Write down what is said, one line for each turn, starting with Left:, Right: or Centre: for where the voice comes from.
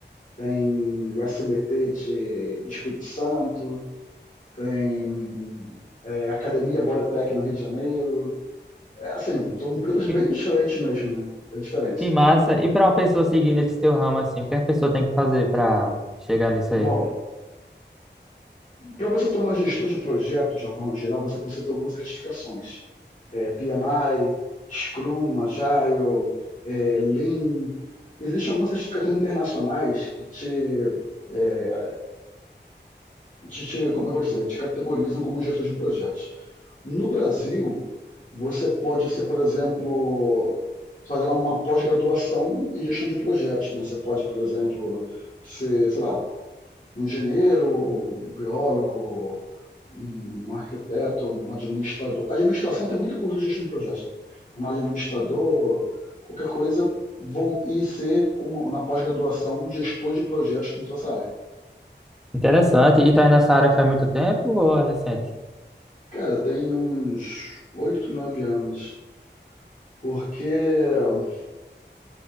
Left: tem o SBT de, do Espírito Santo, tem é, Academia Bodytech no Rio de Janeiro. É, assim, são empresas
Centre: Que,
Left: bem diferentes mesmo, né? Bem diferentes.
Centre: que massa. E pra uma pessoa seguir nesse teu ramo assim, o que a pessoa tem que fazer pra chegar nisso
Left: Bom,
Centre: aí?
Left: Para você tornar gestor de projetos de uma forma geral, você precisa ter algumas certificações. É, PMI, Scrum, Agile, é, Lean. Existem algumas certificações internacionais que te, é, te, te, como é que eu vou dizer, te categorizam como gestor de projetos. No Brasil, você pode ser, por exemplo, fazer uma pós-graduação em gestão de projetos. Né? Você pode, por exemplo, ser, sei lá, um engenheiro, um biólogo, um arquiteto, um administrador. Administração tem muito curso de gestão de projetos, né? Um administrador, qualquer coisa, vou, e ser, como na pós-graduação, um gestor de projetos dentro dessa área.
Centre: Interessante. E tá aí nessa área faz muito tempo ou é recente?
Left: Cara, tem uns 8, 9 anos. Porque eu,